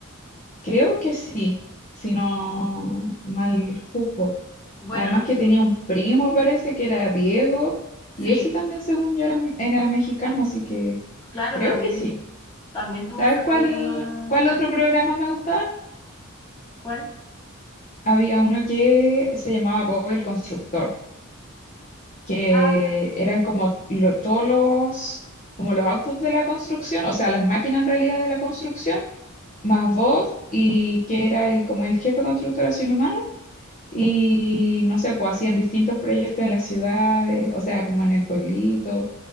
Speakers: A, on the left; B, on the left.
A: creo que sí, si no mal juzgo.
B: Bueno,
A: Además
B: nosotros,
A: que tenía un primo, parece que era Diego,
B: sí,
A: y ese también, según yo, era, era mexicano, así que
B: claro,
A: creo
B: también,
A: que sí.
B: también tuvo
A: ¿Sabes
B: su
A: cuál,
B: programa,
A: cuál otro programa me gustaba?
B: ¿cuál?
A: Había uno que se llamaba Bob el Constructor, que
B: Ah, ya.
A: eran como lo- todos los, como los autos de la construcción, o sea, las máquinas en realidad de la construcción, más Bob, y que era el, como el jefe constructor así un humano, y no sé, pues hacían distintos proyectos en las ciudades, o sea, como en el pueblito